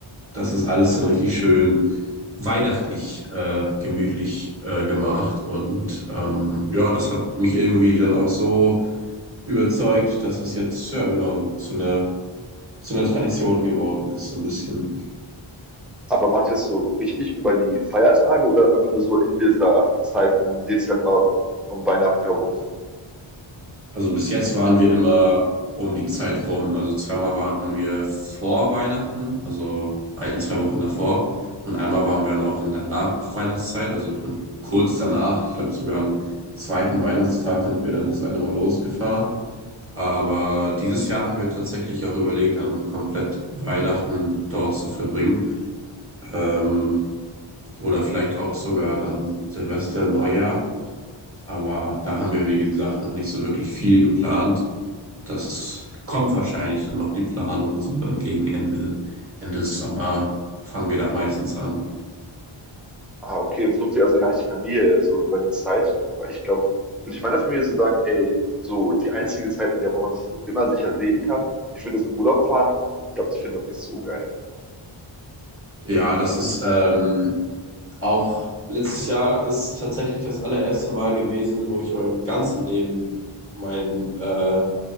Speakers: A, on the right; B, in the centre.
A: das ist alles dann richtig schön weihnachtlich äh, gemütlich äh, gemacht. Und ähm, ja, das hat mich irgendwie dann auch so überzeugt, dass das jetzt, ja genau, zu einer, zu einer Tradition geworden ist, so ein bisschen.
B: Aber macht ihr das so richtig über die Feiertage oder einfach nur so in dieser Zeit um Dezember, um Weihnachten herum?
A: Also bis jetzt waren wir immer um die Zeit rum. Also zweimal waren wir vor Weihnachten, also ein, zwei Wochen davor. Und einmal waren wir dann auch in der Nachweihnachtszeit, also dann kurz danach, ich glaube sogar am zweiten Weihnachtstag sind wir dann das eine Mal losgefahren. Aber dieses Jahr haben wir tatsächlich auch überlegt, dann komplett Weihnachten dort zu verbringen. Ähm, oder vielleicht auch sogar dann Silvester, Neujahr. Aber da haben wir, wie gesagt, noch nicht so wirklich viel geplant. Das kommt wahrscheinlich dann noch die Planung, sondern gegen Ende, Ende Sommer fangen wir da meistens an.
B: Ah, okay. Besucht ihr also gar nicht die Familie so über die Zeit? Weil ich glaube, würde ich meiner Familie so sagen, ey, so die einzige Zeit im Jahr, wo man sich so immer sicher sehen kann, ich würde das in Urlaub fahren. Ich glaube, die finden das nicht so geil.
A: Ja, das ist ähm, auch letztes Jahr ist tatsächlich das allererste Mal gewesen, wo ich in meinem ganzen Leben mein äh,